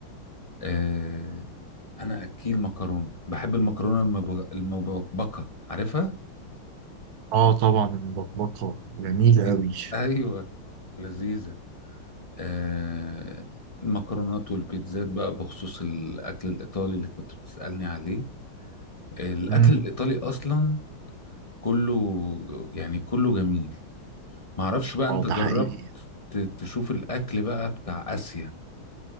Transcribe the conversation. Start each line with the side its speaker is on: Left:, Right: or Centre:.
Left: أه انا اكيل مكرونه بحب المكرونه المب- المبكبكه عارفها
Right: اه طبعا المبكبكة
Left: <laughs>
Right: جميلة
Left: ب-
Right: قوي
Left: ايوه لذيذه أه المكرونات والبيتزات بقى بخصوص الاكل الايطالي اللي كنت بتسالني عليه الاكل
Right: مم.
Left: الايطالي اصلا كله يعني كله جميل معرفش بقى انت
Right: اه
Left: جربت
Right: ده حقيقي
Left: تشوف الاكل بقى بتاع اسيا